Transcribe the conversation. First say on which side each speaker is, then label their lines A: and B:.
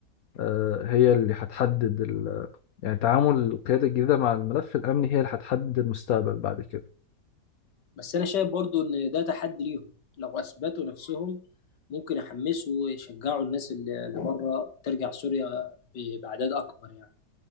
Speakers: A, on the left (about 65°); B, on the left (about 90°).
A: آه، هي اللي هتحدد ال... يعني تعامل القيادة الجديدة مع الملف الأمني هي اللي هتحدد المستقبل بعد كده
B: بس انا شايف برضو ان ده تحدي ليهم لو اثبتوا نفسهم ممكن يحمسوا ويشجعوا الناس اللي اللي بره ترجع سوريا ب- باعداد اكبر يعني